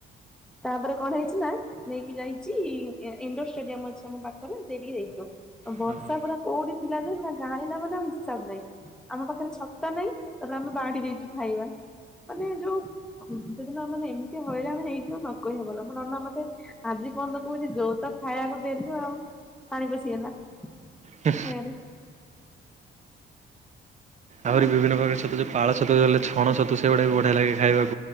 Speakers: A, in the centre; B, on the right.
A: ତାପରେ କଣ ହେଇଚି ନା ନେଇକି ଯାଇଚି ଇ-ଇଣ୍ଡୋର ଷ୍ଟାଡିୟମ ଅଛି ଆମ ପାଖରେ ସେଇଠିକି ଯାଇଚୁ। ବର୍ଷା
B: ହଁ ହଁ
A: ପରା କୋଉଠି ଥିଲା ଯେ ମ ଗାଳିଲା ମାନେ ଆଉ ହିସାବ ନାହିଁ ଆମ ପାଖରେ ଛତା ନାଇଁ। ତାପରେ ଆମେ ବାଢି ଦେଇଚୁ ଖାଇବା ମାନେ ଯୋଉ ସେଦିନ ମାନେ ଏମିତି ହଇରାଣ ହେଇ <unintelligible> ନ କହିଆ ଭଲ, ମୋ ନନା ମତେ ଆଜି ପର୍ଯ୍ୟନ୍ତ କହୁଛି ଯୋଉ ତ ଖାଇବାକୁ ଦେଲୁ ଆଉ। ପାଣି ପଶିଗଲା।
B: ହୁଁ।
A: ଖାଇବାରେ
B: ଆହୁରି
A: ଆଉ
B: ବିଭିନ୍ନ ପ୍ରକାର ଛତୁ ଯୋଉ, ପାଳଛତୁ ଲେ ଛଣଛତୁ ସେଗୁଡା ବି ବଢିଆ ଲାଗେ ଖାଇବାକୁ।